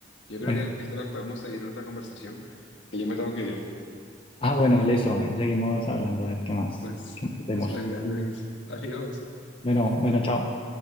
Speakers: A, on the left; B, on the left.
A: Yo
B: Bueno.
A: creo que esto lo podemos seguir en otra conversación, que yo me tengo que ir.
B: Ah, bueno, listo. Ahí seguimos hablando a ver qué más.
A: Pues,
B: ¿Qué más tenemos?
A: pues venga, Luis. Adiós.
B: Bueno, bueno, chao.